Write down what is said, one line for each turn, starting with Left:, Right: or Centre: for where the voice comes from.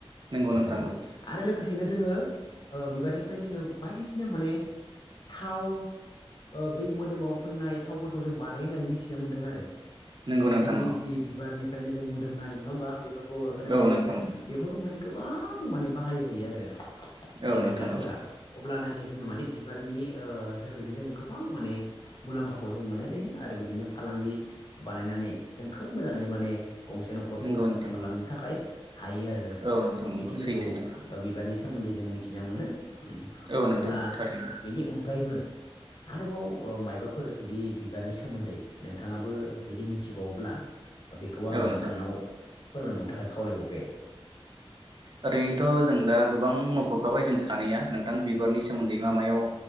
Right: नंगौ
Left: बेफोरबायदि
Right: नोंथां औ
Left: आरो लोगोसेनो जोङो ओ बिबारनिफ्राय जोङो बायदिसिना माने थाव ओ बै मोदोमाव फोननाय थावफोरखौ जों बानायो होननानै मिथिना मोन्दों आरो
Right: नंगौ नोंथां
Left: बिनि
Right: औ
Left: जि बिबारनिफा बे जों मोदोमनाय नङा होमबा? बेफोरखौ होनाय
Right: औ
Left: जायो
Right: नोंथां
Left: बेफोर माने गोब गोबां माने बाहायजायो आरो।
Right: औ
Left: बे
Right: नोंथां
Left: बिबारफोरा
Right: औ
Left: अब्ला नायदोस जोङो माने बि बिबारनि ओ जोहैनो जोङो गोबां माने मुलाम्फाखौ जों मोननाय जायो आरो बिदिनो फालांगि बानायनानै जों खोब मोजाङैनो माने गंसे न'खरखौ
Right: नंगौ
Left: जों
Right: नोंथां
Left: खुंलांनो थाखाय। हायो आरो नोंथां
Right: औ
Left: बेखिनिखौ
Right: नंगौ सैथो नोंथां
Left: बिबारनि सो सोमोन्दै जों मिथिना मोनो अब्ला
Right: औ नोंथां थारैनो
Left: बेनि अनगायैबो आरोबाव मायबाफोर जुदि बिबारनि सोमोन्दै नोंथाङाबो जुदि मिथिबावोब्ला बेखौ आङो
Right: औ
Left: नोंथांनाव
Right: नोंथां
Left: फोरमायबावनो थाखाय खावलायबावबाय
Right: ओरैनोथ' जों दा गोबां मख'खाबाय जों सानैया नोंथां बिबारनि सोमोन्दै मा मायाव